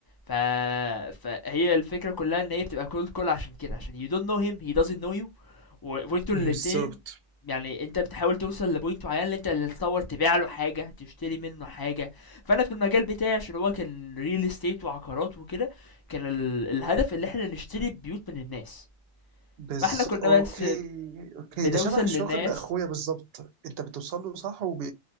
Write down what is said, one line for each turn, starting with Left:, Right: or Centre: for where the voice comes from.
Left: ف... فهي الفكره كلها ان هي بتبقى كولد كول عشان كده عشان you don't know him he doesn't know you و... وانتوا
Right: بالظبط
Left: الاتنين يعني انت بتحاول توصل لبوينت معين اللي انت اللي تصور تبيع له حاجه تشتري منه حاجه فانا في المجال بتاعي عشان هو كان ريل استيت وعقارات وكده كان ال... الهدف اللي احنا نشتري بيوت من الناس
Right: بز
Left: فاحنا كنا
Right: اوكي
Left: بس
Right: اوكي
Left: بنوصل
Right: ده شبه
Left: للناس
Right: شغل اخويا بالظبط انت بتوصل له صح وب...